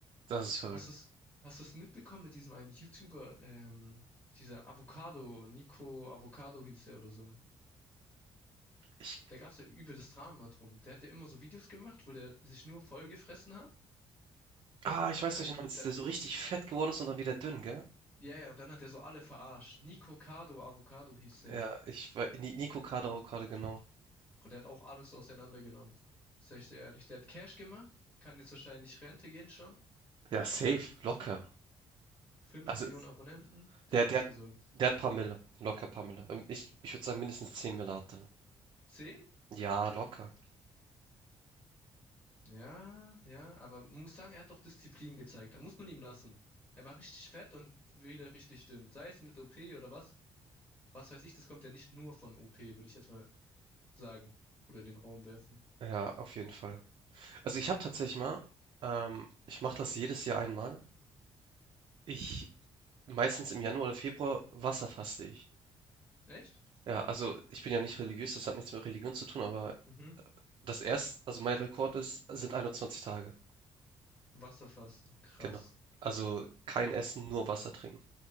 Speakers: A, on the right; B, on the left.
A: das ist verrückt.
B: Hast du's, hast du's mitbekommen mit diesem einen YouTuber, ähm, dieser Avocado, Nico Avocado hieß er oder so.
A: Ich
B: Da gab's ja übel das Drama drum. Der hat ja immer so Videos gemacht, wo der sich nur vollgefressen hat.
A: Ah, ich weiß,
B: Hat
A: welchen
B: der,
A: du meinst,
B: der,
A: der so richtig fett geworden ist und dann wieder dünn, gell?
B: ja, ja, und dann hat er so alle verarscht. Nico Cardo Avocado hieß der.
A: Ja, ich wei Ni Nico Kader Avocado, genau.
B: Und der hat auch alles auseinandergenommen. Sag ich dir ehrlich. Der hat Cash gemacht, kann jetzt wahrscheinlich Rente gehen schon.
A: Ja, safe, locker.
B: fünf
A: Also,
B: Millionen
A: es-
B: Abonnenten, der
A: der,
B: hat ausgesorgt.
A: der, der hat paar Mille, locker paar Mille. Ähm, Ich, ich würde sagen, mindestens 10 Mille hat er.
B: 10?
A: Ja, locker.
B: Ja, ja, aber man muss sagen, er hat doch Disziplin gezeigt. Da muss man ihm lassen. Er war richtig fett und wieder richtig dünn. Sei es mit OP oder was. Was weiß ich, das kommt ja nicht nur von OP, würde ich jetzt mal sagen. Oder in den Raum werfen.
A: Ja, auf jeden Fall. Also ich habe tatsächlich mal, ähm, ich mache das jedes Jahr einmal. Ich, meistens im Januar oder Februar, wasserfaste ich.
B: Echt?
A: Ja, also ich bin ja nicht religiös, das hat nichts mit Religion zu tun, aber
B: Mhm.
A: das erst, also mein Rekord ist, sind 21 Tage.
B: Wasserfasten, krass.
A: Genau. Also, kein Essen, nur Wasser trinken.